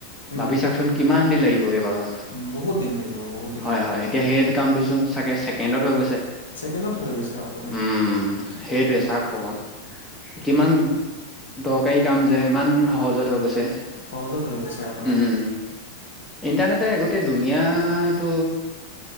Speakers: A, on the left; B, in the centre.
A: উম,
B: ভাবি চাওকচোন কিমান দিন লাগিবগে বাৰু,
A: উম, বহুত দিন লাগিব বহুত দিন
B: হয়
A: লাগিব
B: হয়,
A: আপোনাৰ
B: এতিয়া সেই কামটোচোন চাগে ছেকেণ্ডত হৈ গৈছে,
A: ছেকেণ্ডত হৈ গৈছে আপোনাৰ
B: উম, সেইটোৱে চাওক <inaudible> কিমান দ দৰকাৰী কাম যে ইমান সহজত হৈ গৈছে,
A: সহজত হৈ গৈছে আপোনাৰ
B: উম। ইণ্টাৰনেটে গোটেই দুনিয়াটো